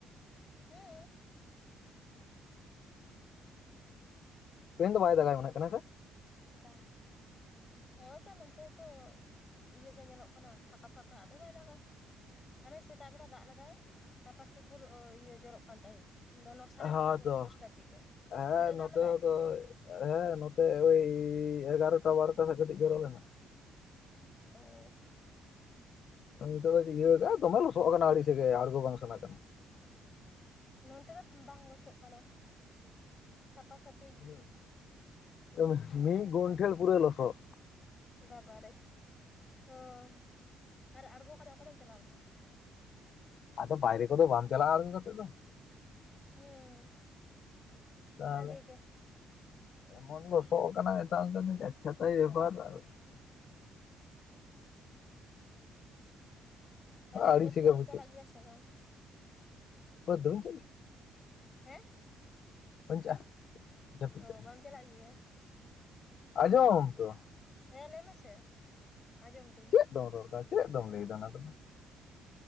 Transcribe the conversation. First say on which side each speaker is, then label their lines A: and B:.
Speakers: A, on the left; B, on the left.
A: ᱦᱮᱸ
B: ᱛᱮᱦᱮᱧ ᱫᱚ ᱵᱟᱭ ᱫᱟᱜ ᱟᱭ ᱢᱚᱱᱮᱜ ᱠᱟᱱᱟ ᱥᱮ
A: ᱵᱟᱝ ᱦᱳᱭᱛᱚ ᱱᱚᱱᱛᱮ ᱦᱚᱸᱛᱚ ᱤᱭᱟᱹ ᱜᱮ ᱧᱮᱞᱚᱜ ᱠᱟᱱᱟ ᱯᱷᱟᱠᱟ ᱯᱷᱟᱠᱟ ᱟᱫᱚ ᱵᱟᱭ ᱫᱟᱜ ᱟᱭ ᱦᱟᱱᱮ ᱥᱮᱛᱟᱜ ᱵᱮᱲᱟ ᱫᱟᱜ ᱞᱮᱫᱟᱭ ᱴᱟᱯᱟᱨ ᱴᱩᱯᱩᱨ ᱚ ᱤᱭᱟᱹ ᱡᱚᱨᱚᱜ ᱠᱟᱱ ᱛᱟᱦᱮᱸᱫ ᱤᱧᱫᱚ ᱱᱚᱣᱟ ᱥᱟᱲᱮ
B: ᱦᱚᱸ
A: ᱱᱚᱴᱟ
B: ᱛᱚ
A: ᱫᱚᱥᱴᱟ ᱫᱤᱠᱮ
B: ᱦᱮᱸ
A: ᱚᱱᱛᱮ ᱫᱟᱜ
B: ᱱᱚᱛᱮ
A: ᱞᱮᱫᱟᱭ
B: ᱦᱚᱸᱛᱚ ᱦᱮᱸ ᱱᱚᱛᱮ ᱳᱭ ᱮᱜᱟᱨᱚᱴᱟ ᱵᱟᱨᱚᱴᱟ ᱥᱮᱫ ᱠᱟᱹᱴᱤᱡ ᱡᱚᱨᱚ ᱞᱮᱱᱟ
A: ᱚ
B: ᱱᱤᱛᱚᱜ ᱫᱚ ᱤᱭᱟ. ᱟᱠᱟᱜ-ᱟ ᱫᱚᱢᱮ ᱞᱳᱥᱳᱜ ᱟᱠᱟᱱᱟ ᱟᱹᱬᱤᱥ ᱜᱮ ᱟᱸᱲᱜᱚ ᱵᱟᱝ ᱥᱟᱱᱟ ᱠᱟᱱᱟ
A: ᱱᱚᱱᱛᱮ ᱫᱚ ᱵᱟᱝ ᱞᱚᱥᱚᱜ ᱟᱠᱟᱱᱟ ᱥᱟᱯᱷᱟ ᱥᱟᱹᱯ
B: ᱢᱤᱫ ᱮᱫᱚᱢ ᱢᱤᱫ ᱜᱚᱱᱴᱷᱤ ᱯᱩᱨᱟᱹ ᱞᱳᱥᱳᱜ
A: ᱵᱟᱵᱟ ᱨᱮ ᱦᱚᱸ ᱟᱨ ᱟᱬᱜᱚ ᱠᱟᱛᱮ ᱚᱠᱟᱛᱮᱢ ᱪᱟᱞᱟᱣ ᱞᱮᱱᱟ
B: ᱟᱫᱚ ᱵᱟᱭᱨᱮ ᱠᱚ ᱫᱚ ᱵᱟᱢ ᱪᱟᱞᱟᱜᱼᱟ ᱟᱬᱜᱳ ᱠᱟᱛᱮᱫ ᱫᱚ
A: ᱦᱩᱸ
B: ᱛᱟᱦᱚᱞᱮ
A: ᱵᱷᱟᱜᱮ ᱜᱮ
B: ᱮᱢᱚᱱ ᱞᱳᱥᱳᱜ ᱟᱠᱟᱱᱟ ᱢᱮᱛᱟᱢ ᱠᱟᱱᱟ. ᱧ ᱫᱚ ᱪᱷᱟᱛᱟᱧ ᱟᱜᱩ <unintelligible>
A: ᱦᱩ ᱦᱩ ᱛᱟᱦᱞᱮ
B: ᱟᱹᱲᱤᱥ
A: ᱵᱟᱹᱫᱽ ᱠᱚ
B: ᱜᱮ
A: ᱫᱚᱢ
B: ᱵᱩᱡᱷᱟᱹᱜ
A: ᱪᱟᱞᱟᱜ ᱜᱮᱭᱟ ᱥᱮ ᱵᱟᱝ
B: ᱵᱟᱹᱫᱽ ᱫᱚᱧ ᱪᱟᱜ ᱜᱮ
A: ᱦᱮᱸ
B: ᱵᱟᱧ ᱪᱟᱜ-ᱟ ᱡᱟᱹᱯᱤᱫ
A: ᱚ
B: ᱠᱟᱜ ᱟᱧ
A: ᱵᱟᱢ ᱪᱟᱞᱟᱜ ᱜᱮᱭᱟ.
B: ᱟᱸᱡᱚᱢ ᱢᱟᱢ ᱛᱚ
A: ᱦᱮᱸ ᱞᱟᱹᱭ ᱢᱮᱥᱮ ᱟᱸᱡᱚᱢ ᱮᱫᱟ. ᱧ
B: ᱫᱚᱦᱚ <unintelligible> ᱪᱮᱫ ᱟᱫᱚᱢ ᱞᱟ. ᱭ ᱮᱫᱟ ᱚᱱᱟ ᱠᱚ ᱫᱚ